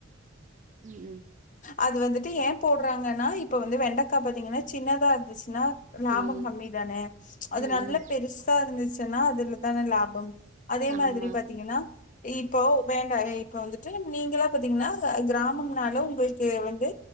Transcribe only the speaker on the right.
ம்
ம்
ம்
ம் ம்
ஆமா